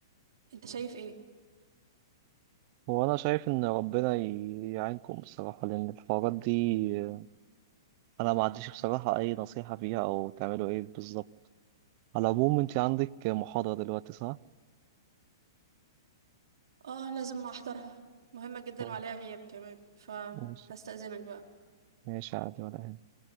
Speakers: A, on the right; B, on the right.
A: انت شايف ايه
B: هو انا شايف ان ربنا ي- يعينكم بصراحة لان الحوارات دي آه، انا ما عنديش بصراحة اي نصيحة فيها او تعملوا ايه بالظبط على العموم انت عندك محاضرة دلوقتي صح؟
A: اه لازم احضرها مهمة جدا
B: طيب،
A: وعليها غياب كمان فهستأذنك
B: ماشي
A: بقى
B: ماشي عادي ولا يهمك